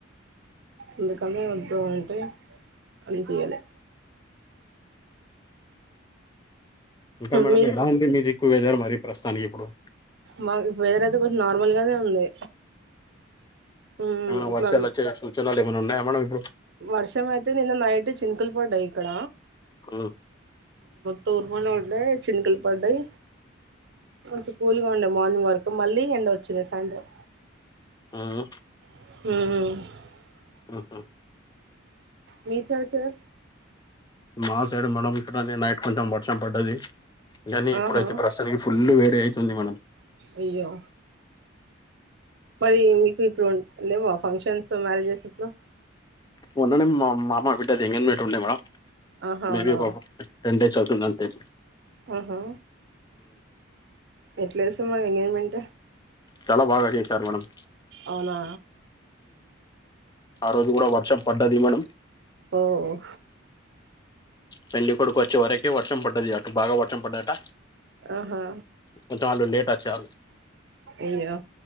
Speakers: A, on the right; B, on the left.
A: అందుకని వద్దు అంటే అది చేయలా
B: ఇంకా మేడం
A: మీరు
B: ఎలా ఉంది మీదిక్కు వెదర్ మరి ప్రస్తుతానికి ఇప్పుడు
A: మా వెదర్ అయితే కొంచం నార్మల్ గానే ఉంది. మ్
B: ఏమైనా
A: ఇట్లా
B: వర్షాలు వచ్చే సూచనలు ఏమైనా ఉన్నాయా మేడమ్ ఇప్పుడు
A: వర్షం అయితే నిన్న నైటే చినుకులు పడ్డాయి ఇక్కడ
B: మ్
A: తూర్పన ఉండే చినుకులు పడ్డాయి ఆ స్కూల్ మార్నింగ్ వరకు మళ్ళీ ఎండ వచ్చింది సాయంత్రం.
B: మ్
A: మ్
B: హు హు
A: మీ సైడ్ సార్
B: మా సైడ్ మేడం ఇక్కడ నేను నైట్ కొంచెం వర్షం పడ్డది ఇనీ ఇప్పుడైతే
A: ఆహా
B: ప్రస్తుతానికి ఫుల్ వేడి అవుతుంది మేడం
A: అయ్యో మరి మీకు ఇప్పుడు లేవా ఫంక్షన్స్ మ్యారేజెస్ ఇప్పుడు
B: మొన్ననే మా మామ మా బిడ్డ ఎంగేజ్మెంట్ ఉండే మ్యామ్
A: ఆహా
B: మే
A: అవునా
B: బి టెన్ డేస్ అవుతుంది అంతే
A: ఆహా ఎట్లయింది మరి ఎంగేజ్మెంట్
B: చాలా బాగా చేశారు మేడం
A: అవునా
B: ఆ రోజు కూడా వర్షం పడ్డది మేడం.
A: ఓఓ
B: పెళ్ళికొడుకు వచ్చి వరకు టే వర్షం పడ్డది అటు బాగా వర్షం పడ్డదట
A: ఆహా
B: కొంచెం వాళ్ళు లేట్ అచ్చారు
A: అయ్యో